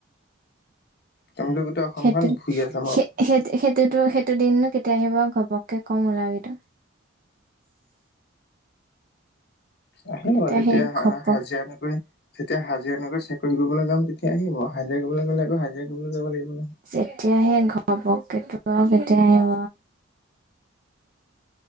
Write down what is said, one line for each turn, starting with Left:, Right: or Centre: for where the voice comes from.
Left: তুমিতো গোটেই অসমখন
Right: সেইটো,
Left: ঘূৰি আছা মই
Right: স, সেই-সেইটোতো, সেই, সেইটো দিননো কেতিয়া আহিব, আৰু ঘপককে কম ওলাবি তই।
Left: আহিব
Right: এতিয়া
Left: যেতিয়া
Right: সেই ঘপক
Left: হাজিৰা নকৰি, যেতিয়া হাজিৰা নকৰি চ- কৰিবলৈ যাম তেতিয়া আহিব, হাজিৰা কৰিবলৈ গ'লে আকৌ হাজিৰা কৰিবলৈ যাব লাগিব। ন।
Right: যেতিয়াহে, ঘপক ত কেতিয়া আহিব?